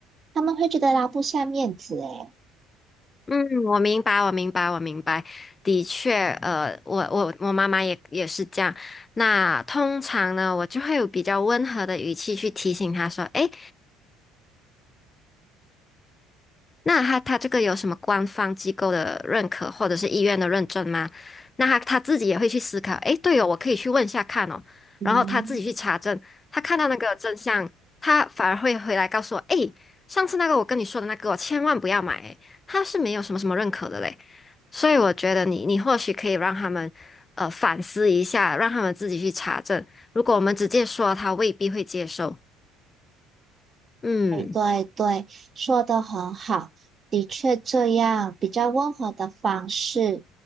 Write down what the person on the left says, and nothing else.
嗯，我明白，我明白，我明白。的确，呃，我我我妈妈也也是这样。那通常呢，我就会有比较温和的语气去提醒她说：“诶，那他他这个有什么官方机构的认可或者是医院的认证吗？那他他自己也会去思考，诶，对哦，我可以去问一下看哦，
然后他自己去查证，他看到那个真相，他反而会回来告诉我，诶，上次那个我跟你说的那个我千万不要买，诶，他是没有什么什么认可的嘞，所以我觉得你你或许可以让他们呃反思一下，让他们自己去查证，如果我们直接说，他未必会接受，嗯